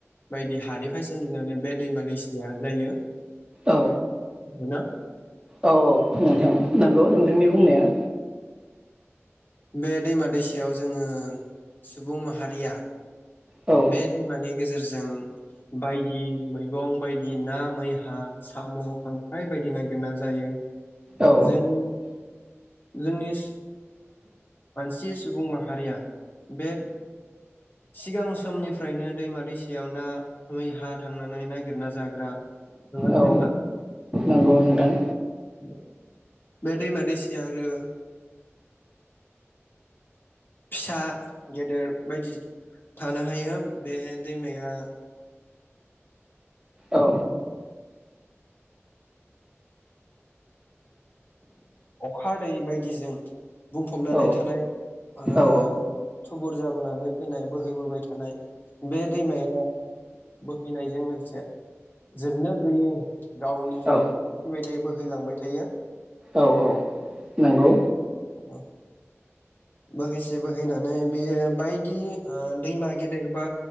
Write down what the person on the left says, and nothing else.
बायदि हानिफ्राय सोमजिनानै बे दैमा दैसाया जायो <unintelligible>
बे दैमा दैसायाव जोङो सुबुं माहारिया
बे दैमानि गेजेरजों बायदि मैगं बायदि ना मैहा साम खांख्राइ बायदि नागिरना जायो
जोंनि। जोंनि मानसि सुबुं माहारिया बे सिगां समनिफ्रायनो दैमा दैसायाव ना मैहा थांनानै नागिरना जाग्रा नङासै
होनबा।
<unintelligible> बे दैमा दैसाया आरो फिसा गेदेर बायदि थानो हायो बे दैमाया।
अखा दै बायदिजों बुंफबनानै
थानाय। आ।
थुबुर जाबोनानै फैनाय बोहैबोबाय थानाय बे दैमाया बोहैनायजों लोगोसे जोबनो गैयै गावनि
थेखि बायदियै बोहै फैलांबाय थायो
<inaudible> औ बोहैसे बोहैनानै बियो बायदि ओ दैमा गेदेर बा